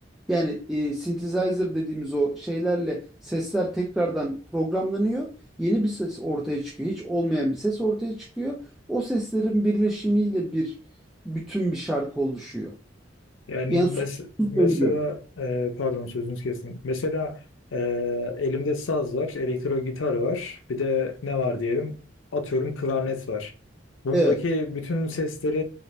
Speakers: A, in the centre; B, on the left.
A: yani e, synthesizer dediğimiz o şeylerle sesler tekrardan programlanıyor. Yeni bir ses ortaya çıkıyor. Hiç olmayan bir ses ortaya çıkıyor. O seslerin birleşimiyle bir bütün bir şarkı oluşuyor.
B: Yani
A: Yani
B: mes-
A: sonsuz
B: mesela
A: döngü.
B: e, pardon sözünüzü kestim. Mesela e, elimde saz var, elektro gitar var. Bir de ne var diyelim? Atıyorum klarnet var. Bundaki
A: Evet,
B: bütün sesleri